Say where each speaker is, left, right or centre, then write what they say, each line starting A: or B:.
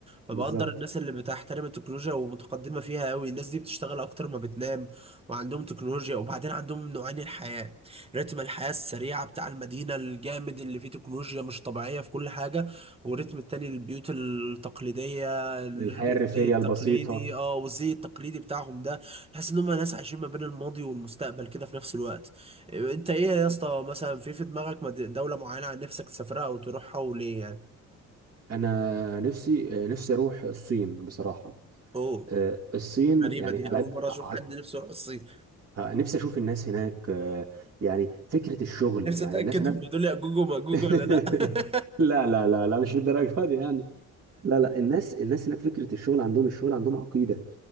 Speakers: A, on the right; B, on the right.
A: فبقدر
B: بالظبط
A: الناس اللي بتحترم التكنولوجيا ومتقدمة فيها قوي الناس دي بتشتغل أكتر ما بتنام وعندهم تكنولوجيا وبعدين عندهم نوعين الحياة رتم الحياة السريعة بتاع المدينة الجامد اللي فيه تكنولوجيا مش طبيعية في كل حاجة والرتم التاني البيوت التقليدية الر-
B: الحياه
A: الزي
B: الريفيه
A: التقليدي
B: البسيطه
A: اه والزي التقليدي بتاعهم ده تحس إن هم ناس عايشين ما بين الماضي والمستقبل كده في نفس الوقت أنت إيه يا اسطى مثلا في في دماغك مد- دولة معينة عن نفسك تسافرها أو تروحها وليه يعني؟
B: انا نفسي آه، نفسي اروح الصين بصراحه
A: أوه
B: آه، الصين
A: غريبة
B: يعني
A: دي
B: على
A: أول
B: قد
A: مرة أشوف
B: على-
A: حد نفسه يروح الصين
B: آه، نفسي اشوف الناس هناك آه، يعني فكره الشغل
A: نفسي
B: يعني
A: أتأكد
B: الناس هناك
A: هم دول يأجوج ومأجوج
B: <laughs>
A: ولا لأ <laughs>
B: لا لا لا لا مش للدرجه دي يعني لا لا الناس الناس هناك فكرة الشغل عندهم الشغل عندهم عقيدة